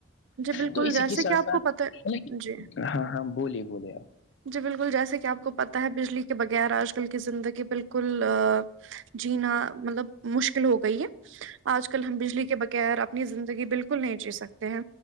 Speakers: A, on the right; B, on the left.
A: جی بالکل
B: تو اسی
A: جیسے
B: کے ساتھ
A: کہ آپ
B: ساتھط
A: کو پتہ جی
B: ہاں ہاں بولیے بولے آپ
A: جی بالکل جیسے کہ آپ کو پتہ ہے بجلی کے بغیر آج کل کی زندگی بالکل جینا مطلب مشکل ہو گئی ہے آج کل ہم بجلی کے بغیر زندگی بالکل نہیں جی سکتے ہیں